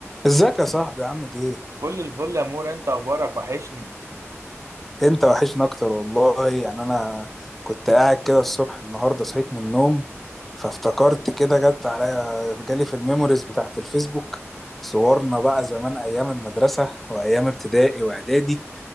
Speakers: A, in the centre; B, on the right.
A: ازيك يا صاحبي عامل ايه
B: فل الفل يا مور انت اخبارك وحشني
A: انت وحشنا اكتر والله يعني انا كنت قاعد كده الصبح النهارده صحيت من النوم فافتكرت كده جت عليا جالي في الميموريز بتاعت الفيسبوك صورنا بقى زمان ايام المدرسة وايام ابتدائي واعدادي